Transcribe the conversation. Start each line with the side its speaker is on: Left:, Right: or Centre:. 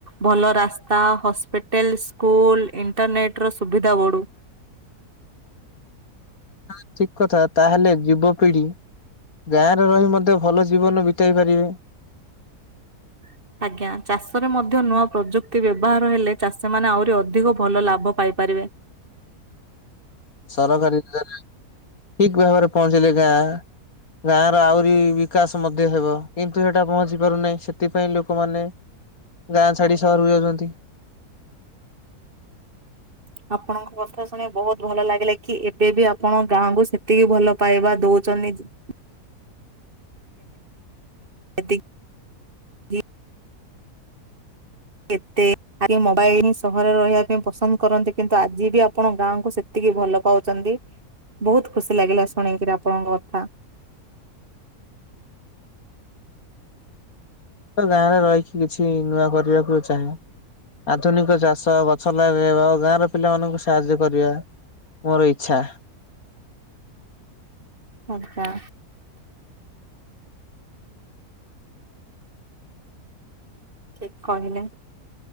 Right: ଭଲ ରାସ୍ତା, ହସ୍ପିଟାଲ ହୋଟେଲ ସ୍କୁଲ ଇଣ୍ଟରନେଟ ର ସୁବିଧା ବଢ଼ୁ।
Left: ହଁ ଠିକ କଥା ତାହେଲେ ଯୁବପିଢି। ଗାଁରେ ରହି ମଧ୍ୟ ଭଲ ଜୀବନ ବିତାଇ ପାରିବେ।
Right: <inaudible> ଆଜ୍ଞା ଚାଷରେ ମଧ୍ୟ ନୂଆ ପ୍ରଯୁକ୍ତି ବ୍ୟବହାର ହେଲେ ଚାଷୀ ମାନେ ଆହୁରି ଅଧିକ ଭଲ ଲାଭ ପାଇ ପାରିବେ।
Left: ସରକାରୀ ଥିଲା ଯେ ଠିକ୍ ଭାବରେ ପହଞ୍ଚିଲି ଗାଁ ଗାଁର ଆହୁରି ବିକାଶ ମଧ୍ୟ ହେବ କିନ୍ତୁ, ସେଟା ପହଞ୍ଚି ପାରୁନାହିଁ ସେଥିପାଇଁ ଲୋକମାନେ ଗାଁ ଛାଡ଼ି ସହରକୁ ଯାଉଚନ୍ତି।
Right: <inaudible> ଆପଣଙ୍କ କଥା ଶୁଣି ବହୁତ ଭଲ ଲାଗିଲା କି ଏବେ ବି ଆପଣ ଗାଁକୁ ସେତିକି ଭଲ ପାଇବା ଦଉ <unintelligible> <unintelligible> କେତେ ଆମେ ମୋବାଇଲ ସହରରେ ରହିବା ପାଇଁ ପସନ୍ଦ କରନ୍ତି କିନ୍ତୁ ଆଜି ବି ଆପଣ ଗାଁକୁ ସେତିକି ଭଲ ପାଉଛନ୍ତି ।ବହୁତ ଖୁସି ଲାଗିଲା ଶୁଣିକିରି ଆପଣଙ୍କ କଥା। <inaudible>
Left: ତ ଗାଁରେ ରହିକି କିଛି ନୂଆ କରିବାକୁ ଚାହେଁ। ଆଧୁନିକ ଚାଷ ଗଛ ଲଗେଇବା ଗାଁର ପିଲାମାନଙ୍କୁ ସାହାଯ୍ୟ କରିବା। ମୋର ଇଚ୍ଛା।
Right: ଆଚ୍ଛା। ଠିକ୍ କହିଲେ।